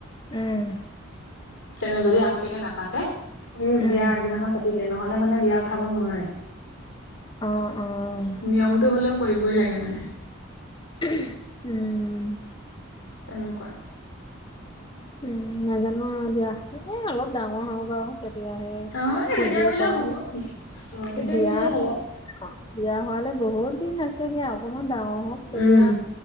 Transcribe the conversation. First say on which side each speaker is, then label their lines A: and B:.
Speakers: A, on the left (about 25°); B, on the left (about 80°).
A: উম! <unintelligible>
B: তেনে যদি আগতীয়াকে নাপাতে সেই
A: উম
B: বিয়া আগদিনাখন পাতি দিয়ে নহলে মানে বিয়া উঠাব নোৱাৰে। <inaudible> <inaudible>
A: অঁ-অঁ! <unintelligible>
B: নিয়মটো হ'লেও <unintelligible> কৰিবই লাগে মানে। <inaudible>
A: <unintelligible> উম! উম! <unintelligible>
B: তেনেকুৱা। <inaudible>
A: উম! নাজানো আৰু দিয়া। এই অলপ ডাঙৰ হ‌ওক আৰু। <inaudible> তেতিয়াহে,
B: অ' এই তেতিয়া
A: বুজিও
B: কৰিলেও
A: পাওঁ।
B: হ'ব। অ' তেতিয়া
A: বিয়া
B: কৰিলেও
A: <unintelligible>
B: হ'ব।
A: <unintelligible> অ বিয়া হোৱালৈ বহুত দিন আছে দিয়া অকনমান ডাঙৰ হওক। তেতিয়া
B: উম,